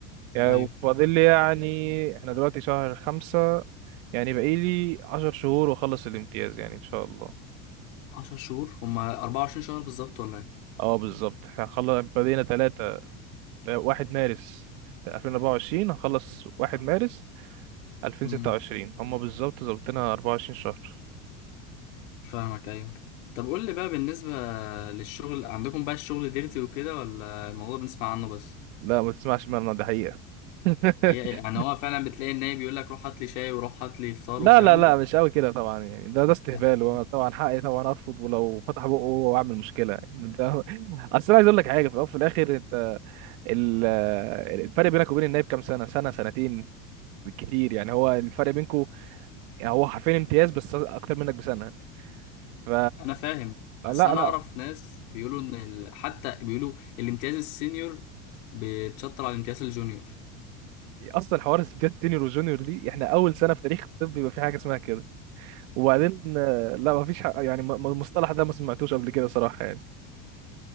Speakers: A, on the right; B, on the left.
A: يعني
B: ايوه
A: وفاضل لي يعني احنا دلوقتي شهر خمسة يعني باقي لي عشر شهور واخلص الامتياز يعني ان شاء الله
B: 10 شهور هما 24 شهر بالظبط ولا ايه
A: اه بالظبط احنا هنخلص بدينا تلاتة واحد مارس 2024 هنخلص واحد مارس 2026
B: امم
A: هم بالظبط ظابطينها 24 شهر
B: فاهمك ايوه طب قول لي بقى بالنسبه للشغل عندكم بقى الشغل ديرتي وكده ولا الموضوع بنسمع عنه بس
A: لا ما تسمعش منه ده حقيقة <laughs>
B: حقيقة يعني هو فعلا بتلاقي النايب بيقول لك روح هات لي شاي وروح هات لي فطار
A: لا
B: والكلام
A: لا لا
B: ده
A: مش قوي كده طبعا يعني ده ده استهبال
B: <laughs>
A: وطبعا حقي طبعا ارفض ولو فتح بقه واعمل مشكله يعني ده <laughs> اصل انا عايز اقول لك حاجه في الاول وفي الاخر انت ال- الفرق بينك وبين النايب كام سنه سنه سنتين بالكتير يعني هو الفرق بينكم يعني هو حرفيا امتياز بس اكتر منك بسنه ف
B: انا فاهم
A: لا
B: بس انا
A: لا
B: اعرف ناس بيقولوا ان ال... حتى بيقولوا الامتياز السينيور بيتشطر على الامتياز الجونيور
A: اصلا حوار امتياز سينيور وجونيور دي احنا اول سنه في تاريخ الطب يبقى في حاجه اسمها كده وبعدين آه، لا ما فيش حق يعني م- م- المصطلح ده ما سمعتوش قبل كده صراحه يعني